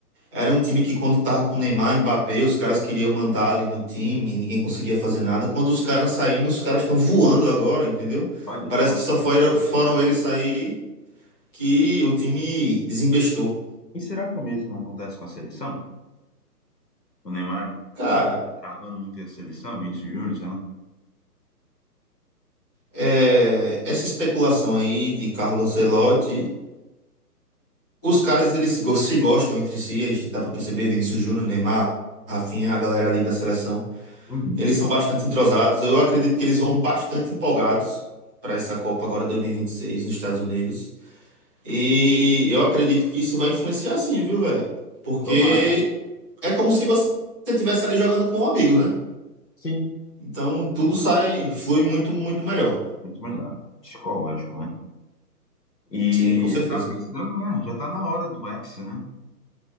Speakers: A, in the centre; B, on the left.
A: Era um time que quando tava com Neymar, Mbappé, os caras queriam mandar ali no time, ninguém conseguia fazer nada. Quando os caras saíram, os caras estão voando agora, entendeu?
B: Olha
A: Parece
B: só.
A: que só foram, foram eles sair que o time desembestou.
B: E será que o mesmo acontece com a seleção? O Neymar
A: Cara,
B: Tá travando muito a seleção, Vinícius Júnior, sei lá.
A: é, essa especulação aí de Carlo Ancelotti, os caras eles se, go- se gostam entre si, a gente dá pra perceber, Vinícius Júnior, Neymar, Rafinha, a galera ali da seleção.
B: Uhum.
A: Eles são bastante entrosados. Eu acredito que eles vão bastante empolgados para essa Copa agora 2026 nos Estados Unidos. E eu acredito que isso vai influenciar sim, viu, velho? Porque
B: Tomara.
A: é como se você estivesse ali jogando com amigos, né?
B: Sim.
A: Então tudo sai, flui muito, muito melhor.
B: Muito melhor. Psicológico, né? E
A: Sim, com certeza.
B: tá precisando, né? Já tá na hora do Hexa, né?